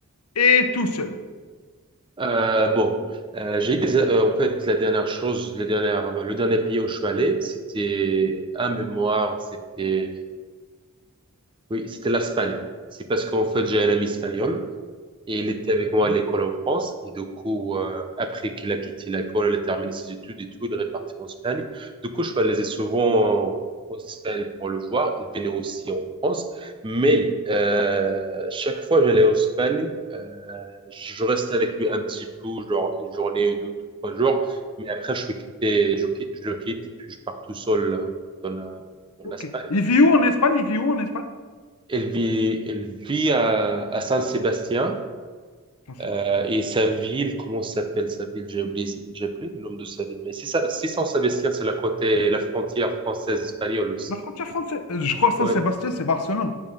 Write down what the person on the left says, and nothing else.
et tout seul?
Ok,
ok.
Il vit où en Espagne? Il vit où en Espagne?
Saint-Sébastien,
ok.
La frontière française, euh, je crois que Saint-Sébastien,
c'est Barcelone.